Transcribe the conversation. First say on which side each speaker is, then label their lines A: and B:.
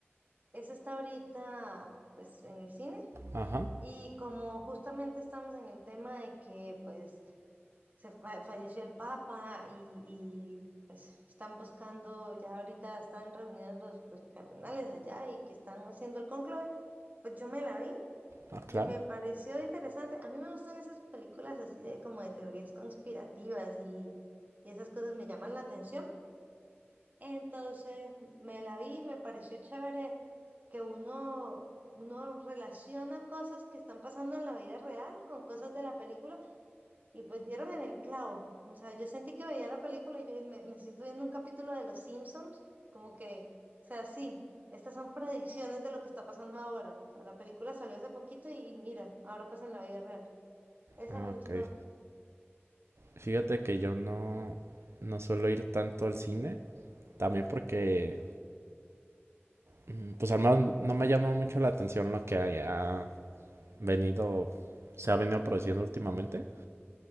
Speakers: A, on the right (about 40°); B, on the right (about 80°).
A: Eso está ahorita, pues, en el cine.
B: Ajá,
A: Y como justamente estamos en el tema de que, pues, se fa- falleció el Papa y, y, pues, están buscando, ya ahorita están reunidos los, los cardenales allá y que están haciendo el cónclave, pues yo me la vi
B: ah, claro.
A: Y me pareció interesante. A mí me gustan esas películas así de como de teorías conspirativas y, y esas cosas me llaman la atención. Entonces me la vi y me pareció chévere que uno, uno relaciona cosas que están pasando en la vida real con cosas de la película y pues dieron en el clavo. O sea, yo sentí que veía la película y yo me, me siento viendo un capítulo de Los Simpsons, como que, o sea, sí. Estas son predicciones de lo que está pasando ahora. O sea, la película salió hace poquito y, y mira, ahora pasa en la vida real. Esa
B: Ah,
A: me gustó.
B: Ok. Fíjate que yo no, no suelo ir tanto al cine, también porque, mm, pues al menos no me llama mucho la atención lo que haya venido, se ha venido produciendo últimamente,